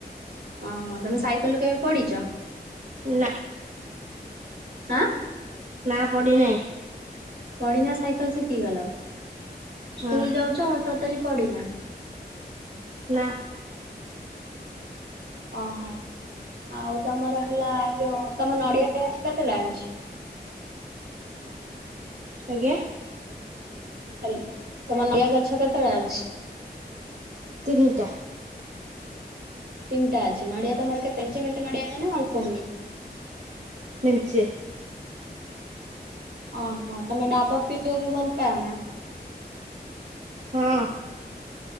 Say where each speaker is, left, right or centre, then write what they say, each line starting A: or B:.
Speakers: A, on the right; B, on the right.
A: ଓହୋ ତମେ ସାଇକେଲରୁୁ କେବେ ପଡିଛ?
B: ନା।
A: ଆଁ।
B: ନା ପଡି ନା।
A: ପଡିନା ସାଇକେଲ ଶିଖିଗଲ। ସ୍କୁଲ
B: ହଁ
A: ଯାଉଛ ଟୋଟାଲି ପଡିନା?
B: ନା।
A: ଓହୋ ଆଉ ତମର ହେଲା ଯୋଉ ତମ ନଡିଆ ଗଛ ତ ସେ ଜାଣିଛି।
B: ଆଜ୍ଞା।
A: ହାଲ ତମର ନଆ ଗଛ କେତେଟା ଅଛି?
B: ତିନିଟା।
A: ତିନଟା ଅଛି ନଡିଆ ତମର କେତେ ମେଞ୍ଚେ ମେଞ୍ଚେ ନଡିଆ ହୁଏ ନା ଅଳ୍ପ ହୁଏ।
B: ମେଞ୍ଚେ।
A: ଓହୋ ତମେ ଡାବ ପିଇବାକୁ ଭଲ ପାଅନା।
B: ହଁ।